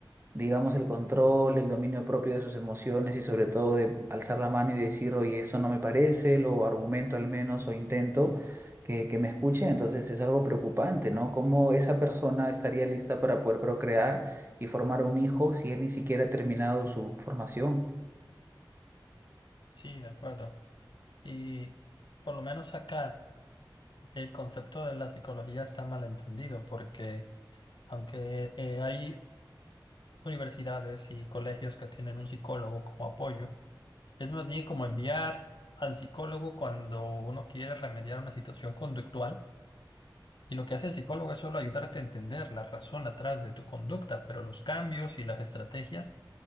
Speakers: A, on the right (about 30°); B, on the left (about 70°).
A: digamos, el control, el dominio propio de sus emociones y sobre todo de alzar la mano y decir, oye, eso no me parece, lo argumento al menos o intento que, que me escuchen. Entonces es algo preocupante, ¿no? ¿Cómo esa persona estaría lista para poder procrear y formar un hijo si él ni siquiera ha terminado su formación?
B: Sí, de acuerdo. Y por lo menos acá el concepto de la psicología está malentendido, porque aunque eh, hay universidades y colegios que tienen un psicólogo como apoyo, es más bien como enviar al psicólogo cuando uno quiere remediar una situación conductual Y lo que hace el psicólogo es solo ayudarte a entender la razón atrás de tu conducta, pero los cambios y las estrategias